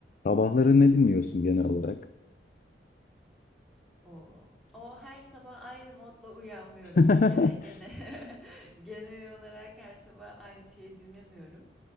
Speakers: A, on the left (about 50°); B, in the centre.
A: Sabahları ne dinliyorsun genel olarak?
B: O, o her sabah ayrı modla uyanmıyorum
A: <laughs>
B: bir kere. Gene <laughs> genel olarak her sabah aynı şeyi dinlemiyorum.